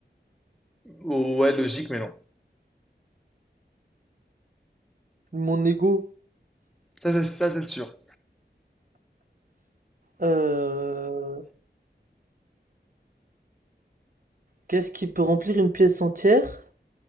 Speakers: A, in the centre; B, on the right (about 50°).
A: Ouais, logique, mais non.
B: Mon ego.
A: Ça, c'est ça, c'est sûr.
B: Euh... Qu'est-ce qui peut remplir une pièce entière?